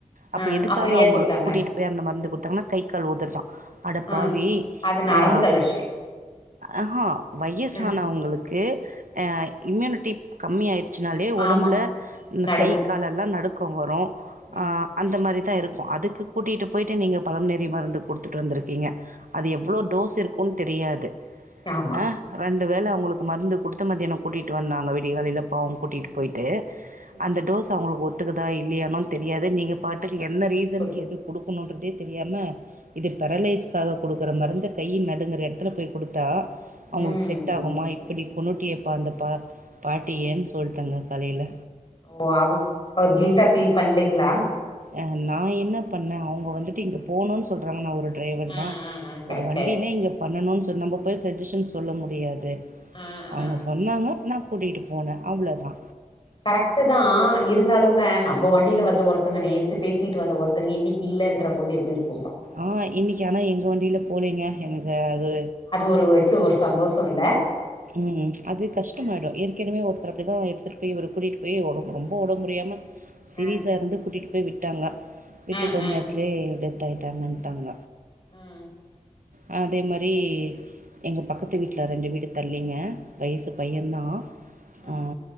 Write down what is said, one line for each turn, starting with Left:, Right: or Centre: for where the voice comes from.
Right: அப்ப
Left: ஆ
Right: எதுக்காக
Left: அப்றோ ஏ
Right: அவுங்களுக்கு
Left: குடுத்தாங்க
Right: கூட்டிட்டு இப்ப ஏ அந்த மருந்து கொடுத்தாங்கன்னா கை கால் ஒதர்தா அடப்பாவி
Left: ஆ அது நரம்பு
Right: ஆ
Left: தளர்ச்சி
Right: ஆஹா வயசு
Left: ஆ
Right: ஆனா உங்களுக்கு ஆ இம்யூனிட்டி கம்மி ஆயிடுச்சுனாலே ஒடம்புல
Left: ஆமா நடுங்கு
Right: கை காலெல்லா நடுக்கோ வரு
Left: ம்
Right: அ அந்த மாரிதா இருக்கு அதுக்கு கூட்டிட்டு போயிட்டு நீங்க பலம்னேரி மருந்து கொடுத்துட்டு வந்திருக்கீங்க அது எவ்ளோ டோஸ் இருக்குன் தெரியாது
Left: யாம்
Right: ஆ ரெண்டு வேல அவுங்களுக்கு மருந்து குடுத்து மத்தியானோ கூட்டிட்டு வந்தாங்க விடியகாலைல அவுங்க கூட்டிட்டு
Left: ம்
Right: போயிட்டு
Left: ம் ம்
Right: அந்த டோஸ் அவுங்களுக்கு ஒத்துக்குதா இல்லயானு தெரியாது நீங்க பாட்டுக்கு என்ன ரீசனுக்கு
Left: குடு
Right: எது குடுக்கணுன்றதே தெரியாம இது பெரலைஸ்க்காக குடுக்குற மருந்த கைய நடுங்கற எடத்துல போய் கொடுத்தா அவுங்களுக்கு
Left: ம்
Right: செட் ஆகுமா
Left: ம்
Right: இப்படி கொன்னுட்டியேப்பா அந்த பா பாட்டியன்னு
Left: ம்
Right: சொல்லிட்டாங்க காலையில
Left: ஓ அவ் அவர் கில்டா ஃபீல் பண்லீங்ளா
Right: அ நா என்ன பண்ண அவுங்க வந்துட்டு இங்க போணுன் சொல்றாங்க நா ஒரு டிரைவர்
Left: ஆ
Right: தா
Left: ஆ ஆ கரெக்ட்டு
Right: ஒரு வண்டியில இங்க பண்ணனு சொ நம்ப போய் சஜஷன் சொல்ல முடியாது
Left: ஆ
Right: அவுங்க
Left: ஆ
Right: சொன் னாங்க நா கூட்டிட்டு போன அவ்ளோதா
Left: கரெக்ட்டுதா இருந்தாலுங்க நம்ப வண்டியில வந்த ஒருத்தங்க நேத்து பேசிட்டு வந்த ஒருத்தங்க இன்னைக்கி இல்லன்ற போது எப்டி இருக்
Right: ஆ இன்னைக்கி ஆனா எங்க வண்டியில போலேங்க எனக்கு அது
Left: ஒருவாய்க்கு ஒரு சந்தோஷோ இல்ல
Right: ம் அது கஷ் டமாயிடு
Left: ஆ
Right: ஏற்கனவே ஒருத்தர் அப்டி தா எடுத்துட்டு போய் இவர் கூட்டிட்டு போய் ரொம்ப ஒடம்பு முடியாம சிரீஸ்
Left: ஆ
Right: சா இருந்து கூட்டிட்டு போய் விட்டாங்க விட்டுக்
Left: ஆ
Right: கொந்நேரத்
Left: ஆ
Right: லே டெத் ஆயிட்டாங்கன்ட்டாங்க
Left: ம்
Right: அ அதே மாரி எங்க பக்கத்து வீட்ல ரெண்டு வீடு தள்ளிங்க வயசு பைய
Left: ம்
Right: தா
Left: ம்
Right: ஆ